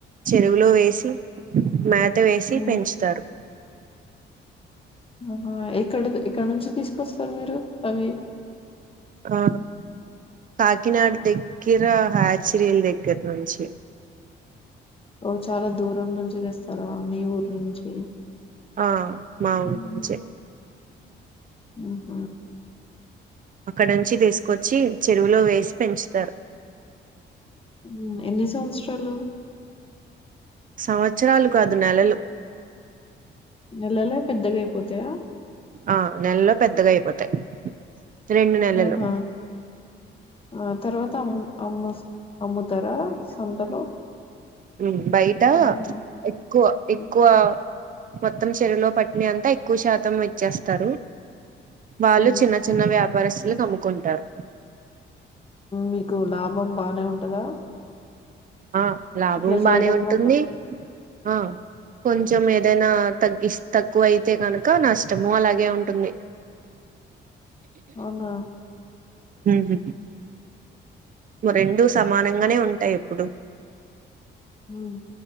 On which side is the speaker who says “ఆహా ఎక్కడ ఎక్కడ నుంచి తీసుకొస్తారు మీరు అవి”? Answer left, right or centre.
Left